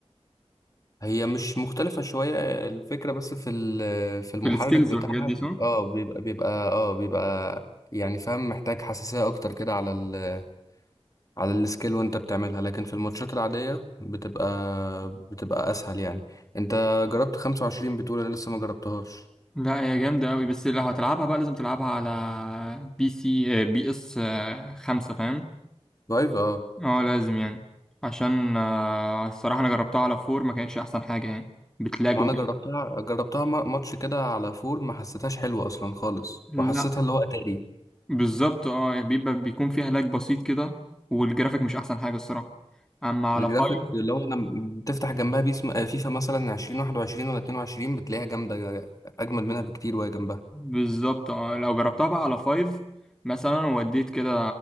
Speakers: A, on the left; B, in the centre.
A: هي مش مختلفة شوية الفكرة بس في ال- في المحرك
B: في السكيلز
A: بتاعها
B: والحاجات دي
A: بي-
B: صح؟
A: اه بيبقى بيبقى اه بيبقى يعني فاهم محتاج حساسية أكتر كده على ال على السكيل وأنت بتعملها لكن في الماتشات العادية بتبقى بتبقى أسهل يعني أنت جربت 25 بتقول أنا لسه ما جربتهاش
B: لا هي جامدة أوي بس لو هتلعبها بقى لازم تلعبها على بي سي آه، بي اس آه، خمسة فاهم
A: لايف اه
B: اه لازم يعني عشان آه، الصراحة أنا جربتها على فور ما كانتش أحسن حاجة يعني بتلاج
A: ما
B: وكده
A: أنا جربتها جربتها ما- ماتش كده على فور ما حسيتهاش حلوة أصلا خالص
B: لا
A: وحسيتها اللي هو أتاري
B: بالظبط اه يعني بيبقى بيكون فيها لاج بسيط كده والجرافيك مش أحسن حاجة الصراحة أما على
A: الجرافيك
B: 5
A: اللي هو لما بتفتح جنبها بيس آه، فيفا مثلا 2021 ولا 22 بتلاقيها جامدة أجمل منها بكتير وهي جنبها
B: بالظبط اه لو جربتها بقى على فايف مثلا ووديت كده